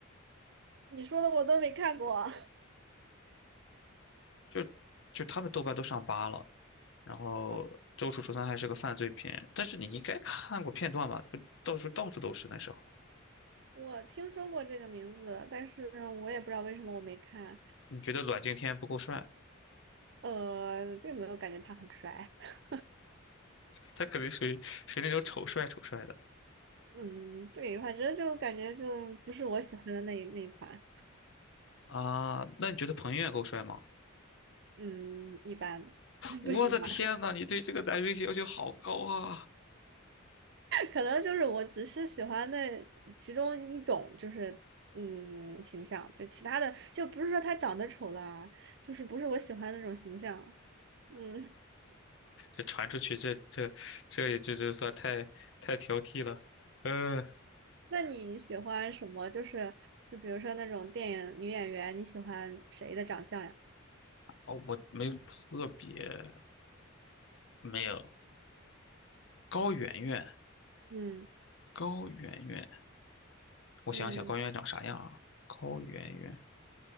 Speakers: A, on the right (about 60°); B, on the left (about 65°).
A: <laughs> 你说的我都没看过。
B: 就就他们豆瓣都上八了。然后周楚除三害是个犯罪片，
A: 哦
B: 但是你应该看过片段吧？不到处到处都是那时候。
A: 我听说过这个名字，但是我也不知道为什么我没看。
B: 你觉得阮经天不够帅？
A: 呃，并没有感觉他很帅。<laughs>
B: 他肯定属于属于那种丑帅丑帅的
A: 嗯，对，反正就感觉就不是我喜欢的那那一款。
B: 啊。那你觉得彭于晏够帅吗？
A: 嗯，一般 <laughs>
B: 我的天呐，
A: 不喜欢。
B: 你对这个男明星要求好高啊！
A: 可能就是我只是喜欢那其中一种，就是嗯形象，就其他的就不是说他长得丑啦，就是不是我喜欢的那种形象。嗯，
B: 这传出去，这这这也这这算太太挑剔了。呃，
A: 那你喜欢什么？就是就比如说那种电影女演员，你喜欢谁的长相呀？
B: 哦，我没有特别没有高圆圆，
A: 嗯
B: 高圆圆，我想想高圆圆长啥样啊？
A: 嗯
B: 高圆圆，